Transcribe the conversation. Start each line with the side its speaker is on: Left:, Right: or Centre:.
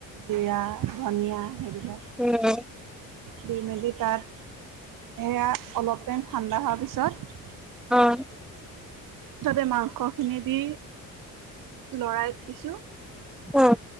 Right: জিৰা, ধনিয়া সেইবিলাক।
Centre: উম্।
Right: দি মেলি তাত, সেয়া অলপ টাইম ঠাণ্ডা হোৱাৰ পিছত
Centre: অ'।
Right: মুঠতে মাংসখিনি দি, লৰাই দিছোঁ।
Centre: উম্।